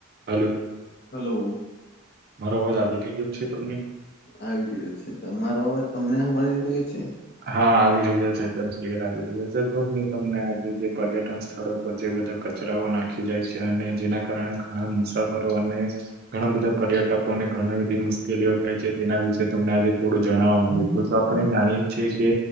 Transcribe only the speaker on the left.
hello
આવી રહ્યો છે. તમારો અવાજ તમને હમાડી રહ્યો છે?